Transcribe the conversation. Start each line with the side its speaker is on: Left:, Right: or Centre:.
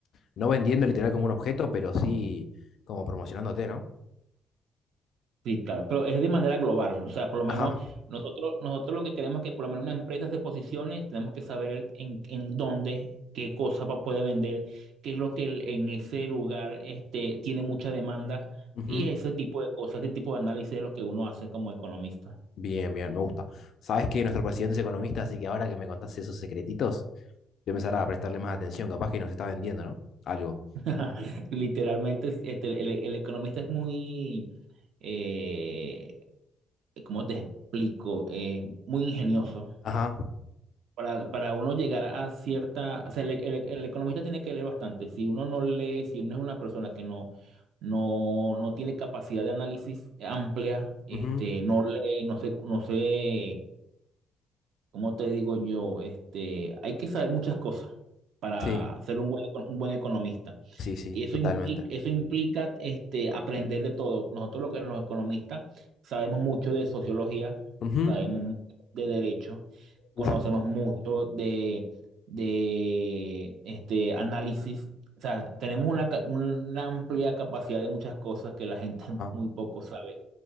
Left: no vendiendo literal como un objeto, pero sí como promocionándote, ¿no?
Right: Sí, claro, pero es de manera global. O sea, por lo menos
Left: Ajá.
Right: nosotros, nosotros lo que queremos es que por lo menos una empresa se posicione, tenemos que saber en, en dónde, qué cosa va- puede vender, qué es lo que el- en ese lugar este, tiene mucha demanda
Left: ujú.
Right: y ese tipo de cosas, ese tipo de análisis es lo que uno hace como economista.
Left: Bien, bien, me gusta. Sabes que nuestro presidente es economista, así que ahora que me contaste esos secretitos, voy a empezar a prestarle más atención. Capaz que nos está vendiendo, ¿no? Algo.
Right: <laughs> Literalmente, este, el, el economista es muy, eh, ¿cómo te explico? Eh, muy ingenioso
Left: Ajá.
Right: Para, para uno llegar a cierta, o sea, el, el- el economista tiene que leer bastante. Si uno no lee, si uno es una persona que no, no, no tiene capacidad de análisis amplia, este,
Left: Ujú.
Right: no lee, no sé, no sé, ¿cómo te digo yo? Este, hay que saber muchas cosas para
Left: Sí,
Right: ser un buen, eco- un buen economista.
Left: sí, sí,
Right: Y eso
Left: totalmente.
Right: implica, eso implica este, aprender de todo. Nosotros lo que, los economistas sabemos mucho de sociología,
Left: Ujú.
Right: sabemos mucho de derecho, conocemos
Left: Uf,
Right: mucho de, de este, análisis. O sea, tenemos una, ca- una amplia capacidad de muchas cosas que la gente
Left: ajá.
Right: <laughs> muy poco sabe.